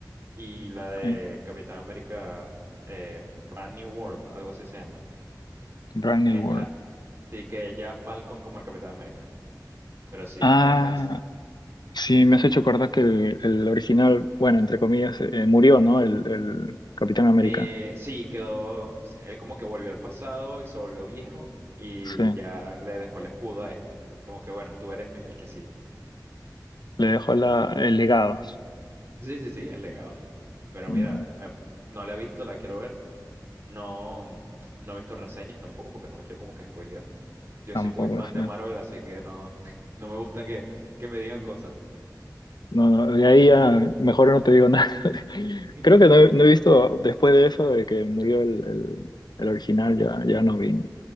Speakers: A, on the right; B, on the left.
A: y la de
B: Ok,
A: Capitán América eh, Brand New World, algo así se llama.
B: Brand New
A: Que es
B: World.
A: la. Sí, que ya Falcon como el Capitán América. Pero sí,
B: Ah,
A: esas.
B: Sí, me has hecho acordar que el, el original, bueno, entre comillas, eh, murió, ¿no? El, el Capitán América.
A: eh, sí, quedó. Él como que volvió al pasado y se volvió viejo y
B: Sí,
A: ya le dejó el escudo a este. Y como que bueno, tú eres mi- el que sigue.
B: le dejó la, el legado.
A: Sí, sí, sí, el legado. Pero
B: Mm,
A: mira, me- no la he visto, la quiero ver. No, no he visto reseñas tampoco porque no me quiero como que spoilear. Yo
B: Tampoco,
A: soy muy fan
B: sí.
A: de Marvel, así que no, <laughs> no me gusta que, que me digan cosas.
B: No, no, de ahí ya mejor no te digo nada. <laughs>
A: <laughs>
B: Creo que no, he no he visto, después de eso, de que murió el, el, el original, ya, ya no vi